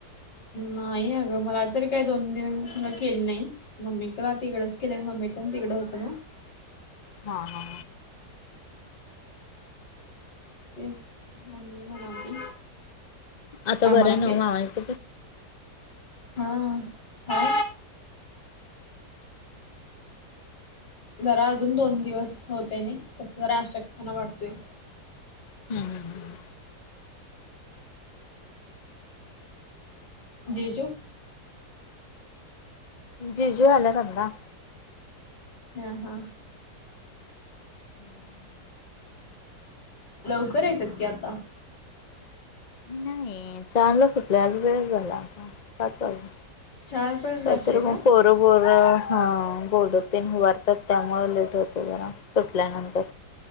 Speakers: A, on the left; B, on the left.
A: नाही अगं मला तर काय दोन दिवस काय केलं नाही. मम्मी का तिकडंच केले मम्मी पण तिकडं होते.
B: हा हा
A: तेच मम्मी म्हणाली
B: आता
A: आम्हाला
B: बरं नव्ह
A: के
B: आहेस
A: हा हा जरा अजून दोन दिवस होते मी तसं जरा अशक्तपणा वाटतोय.
B: हम्म
A: जीजू
B: जीजू आले आत्ता
A: हा हा
B: हम्म
A: लवकर येत्यात की आता.
B: नाही चारला सुटलय आज वेळ झाला आता पाच वाजले
A: चार पर्यंत
B: काय
A: असते
B: तर
A: का?
B: बरोबर हा बोलते उभारतात कामाला लेट होते जरा सुटल्यानंतर